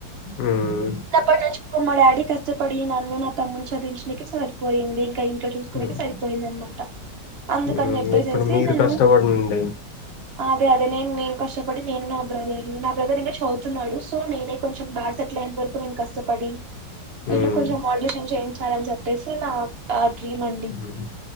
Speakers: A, on the left; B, on the right.
A: మ్మ్
B: ఇగ అప్పటి నుంచి మా డాడీ కష్టపడి నన్ను నా తమ్ముని చదివించడానికి సరిపోయింది ఇంక ఇ ఇంట్లో చూసుకునేకి
A: మ్మ్
B: సరిపోయింది అనమాట అందుకని
A: మ్మ్
B: చెప్పేసేసి
A: ఇప్పుడు మీరు
B: నేను
A: కష్టపడండి
B: అదే అదే నేను నేను కష్టపడి నేను నా బ్రదరు నా బ్రదర్ ఇంకా చదువుతున్నాడు. సో నేనే కొంచెం డాడ్ సెటిల్ అయ్యేంత వరకు నేను కష్టపడి
A: మ్మ్
B: ఇల్లు కొంచెం మాడిలేషన్ చేయి చాలని చెప్పేసి నా ఆ డ్రీమ్ అండి
A: ఉహు